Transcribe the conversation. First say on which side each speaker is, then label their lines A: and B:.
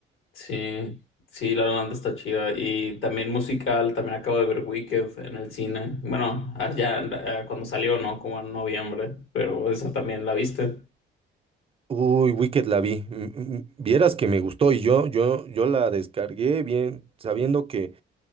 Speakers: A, on the left (about 80°); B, on the right (about 30°).
A: Sí, sí, La La Land está chida. Y también musical, también acabo de ver Wicked en el cine. Bueno, ah, ya ah, cuando salió, ¿no? Como en noviembre, pero esa también la viste.
B: Uy, Wicked la vi. M- m- Vieras que me gustó y yo, yo, yo la descargué bien sabiendo que